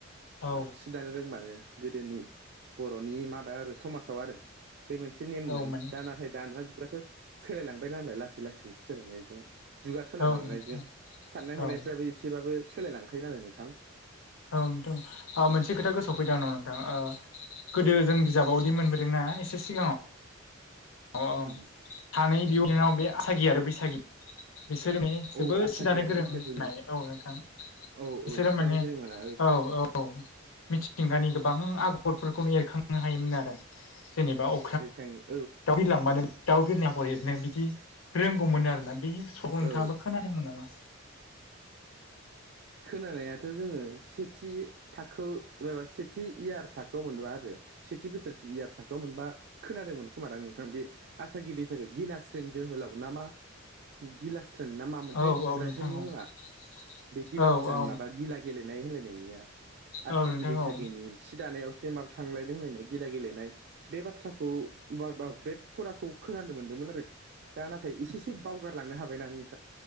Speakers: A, on the left; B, on the right.
A: औ
B: ओ सि <unintelligible> दानो रोंबानो गोदोनि बर'नि माबायाव आरो समाजाव आरो बे मोनसे नेममोन
A: औ माने
B: दा नाथाय दाना जुगफ्राथ' सोलायलांबाय नालाय ला <unintelligible> लासै लासै सोलायनायजों जुगा सोलायलांनायजों
A: औ नोंथां
B: साननाय हनायफ्राबो
A: औ
B: ए <unintelligible> एसेबाबो सोलायलांखायो नालाय नोंथां
A: औ नोंथां औ ओ मोनसे खोथा गोसोआव फैदोंं आंनाव नोंथां ओ गोदो
B: औ नोंथां
A: जों बिजाब बावदि मोनबोदोंना एसे सिगाङाव <unintelligible> अ अ
B: उम
A: सानै बिब' बिनानाव बे आसागि आरो बैसागि बिसोरो माने <unintelligible>
B: औ
A: जोबोद
B: आसागि
A: सि दानो
B: आरो
A: गोरों
B: बैसागुनि
A: रोंनाय औ नोंथां
B: औ
A: बिसोरो
B: औ सि
A: माने
B: दानो गोरों मोना
A: औ औ औ मिथिंगानि गोबां आगरफोरखौनो एरखांनो हायोमोन आरो जेनेबा औ
B: एरखांनो <unintelligible>
A: दाउ बिलांबानो दाउ बिरनाय आगर एरनो बिदि रोंगौमोननो आरोना बे <unintelligible> सल'खौ
B: औ
A: नोंथाङाबो खोनादोंमोन नामा?
B: खोनानायाथ' जोङो सेथि थाखो एबा सेथि इयार थाखोआव मोनदोंमोन आरो सेथि बोसोर इयार थाखोआव मोनबा खोनादोंमोन खोमादां नोंथां बे आसागि बैसागि गिलास्रोन जोहोलाव ना मा गिलास्रोन ना मामोनथाय
A: औ औ
B: रायथाइनि
A: नोंथां औ
B: मुङा
A: <inaudible>
B: बे गिलासोरोन
A: औ
B: माबा गिला गेलेनाय होनलायनाया आसागि
A: औ नोंथां
B: बैसागिनि
A: औ
B: सि दानायावसो माब थांलायदों होनलायनाय गिला गेलेनाय बे बाथ्राखौ बा-बा बे फराखौ खोनानो मोनदोंमोन आरो दा नाथाय इसे इसे बावगारलांनो हाबायना नों <unintelligible>